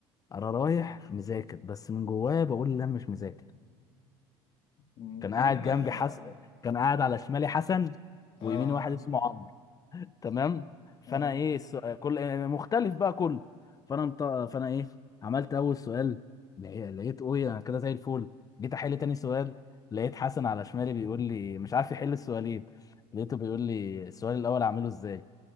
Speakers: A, on the left; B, on the left.
A: انا رايح مذاكر بس من جوايا بقول ان انا مش مذاكر
B: مم.
A: كان
B: كلنا
A: قاعد جنبي
B: كده
A: حس...
B: والله.
A: كان قاعد على شمالي حسن
B: آه
A: ويميني واحد اسمه عمرو تمام فانا
B: آه
A: ايه السؤال كل آه، مختلف بقى كله فانا مط... فانا ايه عملت اول سؤال لقي- لقيت اوي انا كده زي الفل جيت احل تاني سؤال لقيت حسن على شمالي بيقول لي مش عارف يحل السؤالين لقيته بيقول لي السؤال الاول اعمله ازاي